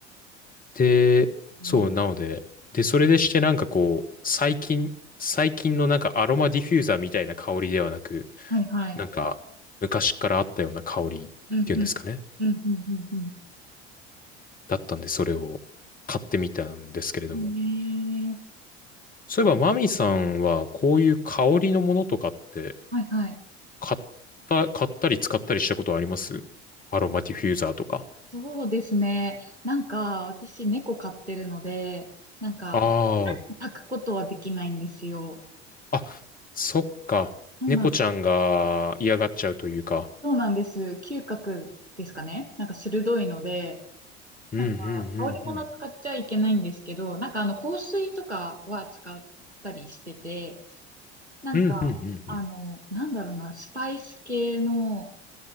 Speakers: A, on the left (about 25°); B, on the right (about 80°).
A: で、
B: うん
A: そう、なので、で、それでしてなんかこう、最近、最近のなんかアロマディフューザーみたいな香りではなく、
B: はいはい。
A: なんか、昔からあったような香りっていうんですかね。
B: うんうん。うんうんうん
A: だったんで、それを買ってみたんですけれども。
B: うん。ねえ。
A: そういえば、マミさんは、こういう香りのものとかって、
B: はいはい。
A: 買った、買ったり使ったりしたことありますアロマディフューザーとか。
B: そうですね。なんか、私猫飼ってるので、なんか、
A: あ
B: 抱くことはできないんですよ。
A: あ、あ、そっか。
B: そうなんです。
A: 猫ちゃんが嫌がっちゃうというか。
B: そうなんです。嗅覚ですかね。なんか鋭いので、
A: うん、
B: なんか、
A: うん、うん、
B: 香り物使っちゃいけないんですけど、
A: うん。
B: なんかあの、香水とかは使ったりしてて、なんか、
A: うん、うん、うん、
B: あの、
A: うん。
B: なんだろうな、スパイス系の、